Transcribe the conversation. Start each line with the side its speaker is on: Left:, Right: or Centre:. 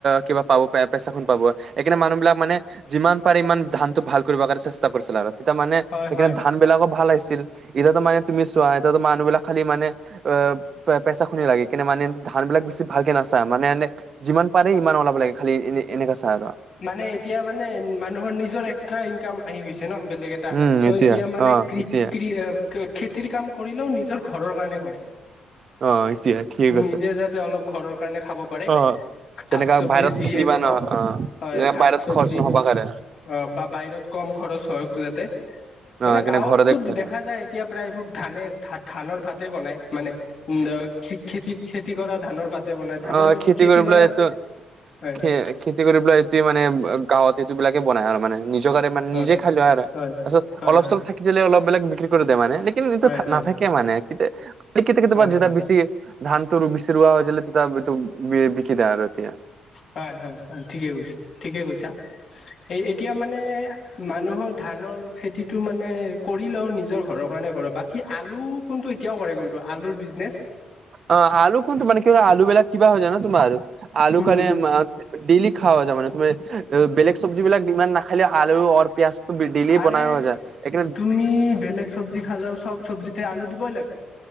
Right: কিবা পাব পাব, এ পেচাখন পাব। এইকাৰণে মানুহবিলাক মানে যিমান পাৰে ইমান ধানটো ভাল কৰিব কাৰণে চেষ্টা কৰিছিল আৰু। তেতিয়া মানে
Left: হয়
Right: সেইকাৰণে
Left: হয়
Right: ধান বিলাকো ভাল আহিছিল, এতিয়াতো মানে তুমি চোৱা এতিয়াতো মানুহবিলাক খালি মানে অ' পে-পেচা খিনি লাগে, কিন্তু মানে ধানবিলাক বেছি ভালকে নাচায় মানে এনে যিমান পাৰে সিমান ওলাব লাগে খালি, এনে এনেকা চাই আৰু।
Left: মানে এতিয়া মানে, মানুহৰ নিজৰ এক্সট্ৰা ইনকাম আহি গৈছে ন বেলেগ এট টাম
Right: উম,
Left: চ' এতিয়া মানে
Right: অ,
Left: কৃ-কৃ,
Right: এতিয়া
Left: আ খেতিৰ কাম কৰিলেও নিজৰ ঘৰৰ কাৰণে কৰে।
Right: অ, এতিয়া ঠিক আছে
Left: নিজে যাতে অলপ ঘৰৰ কাৰণে খাব পাৰে।
Right: অ,
Left: শাক-চবজি
Right: যেনেকা বাহিৰত
Left: যিয়ে
Right: খেলিবা
Left: থাকক,
Right: ন অ,
Left: হয়
Right: যেনেকা
Left: শাক
Right: বাহিৰত
Left: চবজি
Right: খৰচ নহ'ব কাৰে
Left: অ' বা বাহিৰত কম খৰচ হওক যাতে,
Right: অ
Left: মানে
Right: সেইকাৰণে
Left: গাঁৱততো
Right: ঘৰতে খেলে
Left: দেখা যায়। এতিয়া প্ৰায়ভোক ধানে, ধা-ধানৰ ভাতে বনাই মানে উম, খে-খেতি খেতি কৰা ধানৰ ভাতে বনাই ধানৰ,
Right: অ
Left: খেতি
Right: কৰি পেলাই
Left: কৰা
Right: এইটো
Left: হয়।
Right: খে খেতি কৰি পেলাই এইটো মানে, গাঁৱত এইটো বিলাকে বনাই আৰু মানে। নিজৰ কাৰণে মানে,
Left: হয়
Right: নিজে খাই লোৱা আৰু।
Left: হয়
Right: তাৰপিছত
Left: হয়
Right: অলপ-চলপ
Left: হয়
Right: থাকি যালে অলপ বিলাক বিক্ৰী কৰি দে মানে কিন্তু এতিয়া
Left: হয়
Right: থা
Left: হয়
Right: নাথাকে মানে কিতে, কেতি কেতিয়াবা
Left: হয়
Right: যেতিয়া বেছি ধানটো বেছি ৰোৱা হয় তেতিয়া এইটো <inaudible> বি-বিকি দে আৰু এতিয়া।
Left: হয়, হয়, হয় ঠিকে কৈছা, ঠিকে কৈছা। এ-এতিয়া মানে মানুহৰ ধানৰ খেতিটো মানে কৰিলেও নিজৰ ঘৰৰ কাৰণে কৰে, বাকী আলু কোনটো এতিয়াও কৰে কোনটো আলুৰ বিজনেচ।
Right: অ' আলু কোনটো মানে কি আলু বিলাক কিবা হৈ যায় ন, তোমাৰ আলুৰ
Left: উম
Right: কাৰণে ডেইেলি খাৱা যায় মানে, তুমি বেলেগ চব্জিবিলাক ইমান নাখালে আলু আৰু পিয়াজটো ডেইেলি
Left: আৰে
Right: বনাই খোৱা যায়। সেইকাৰণে
Left: তুমি বেলেগ চব্জি খালেও চব চব্জিতে আলু দিবই লাগে।